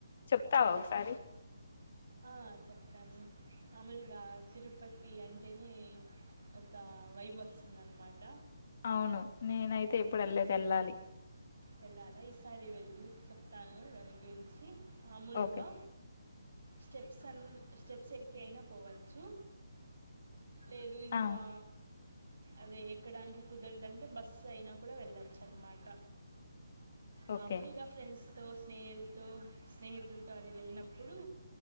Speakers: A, on the left; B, on the right.
A: చెప్తావ ఒకసారి
B: ఆ చెప్తాను మామూలుగా తిరుపతి అంటేనే ఒక వైబ్ వస్తుందన్న మాట
A: అవును నేనైతే ఎప్పుడు ఎళ్లలేదు ఎళ్లాలి.
B: వెళ్ళాలా ఈసారి వెళ్ళు చెప్తాను దాని గురించి మామూలుగా
A: ఓకే.
B: స్టెప్స్ అన్ స్టెప్స్ ఎక్కి అయినా పోవచ్చు. లేదు ఇంకా
A: ఆ!
B: అదే ఎక్కడానికి కుదరదంటే బస్సు అయినా కూడా వెళ్ళొచ్చన్నమాట మామూల్గా
A: ఓకే.
B: ఫ్రెండ్స్ తో స్నేల్తో స్నేహితులతో అది వెళ్ళినప్పుడు